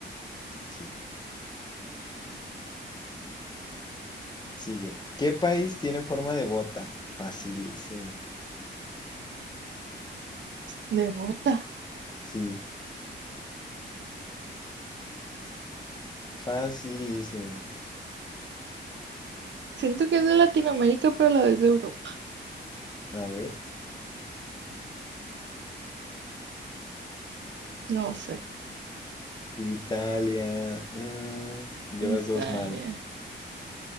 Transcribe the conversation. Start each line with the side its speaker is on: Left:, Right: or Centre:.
Left: Sí. Sigue. ¿Qué país tiene forma de bota? Facilísimo.
Right: De bota.
Left: Sí, facilísimo.
Right: Siento que es de Latinoamérica, pero a la vez de Europa.
Left: A ver.
Right: No sé.
Left: Italia. Mm, llevas
Right: Italia.
Left: dos mal.